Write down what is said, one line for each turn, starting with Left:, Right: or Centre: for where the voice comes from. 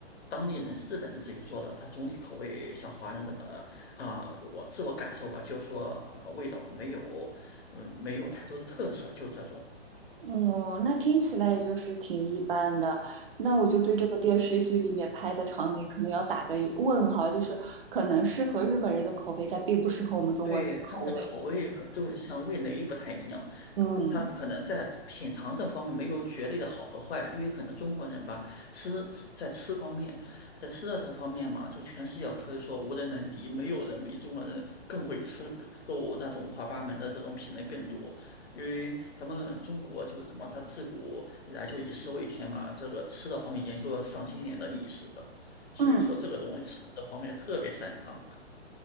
Left: 当地人日本人自己做的，它总体口味像华人的啊、我自我感受吧，就是说、呃、味道没有，嗯，没有太多的特色，就这种。
Right: 嗯，那听起来也就是挺一般的。那我就对这个电视剧里面拍的场景可能要打个问号，就是可能适合日本人的口味，但并不适合我们中国人的口味。
Left: 对，他们的口味和就是像味蕾不太一样，
Right: 嗯
Left: 他可能在品尝这方面没有绝对的好和坏，因为可能中国人吧，吃吃在吃方面，在吃的这方面嘛，就全世界可以说无人能敌，没有人比中国人更会吃，就我那种五花八门的这种品类更多。因为咱们中国就怎么，它自古以来就以食为天嘛，这个吃的方面研究了上千年的历史的所以说这个东西吃的这方面特别擅长。
Right: 嗯，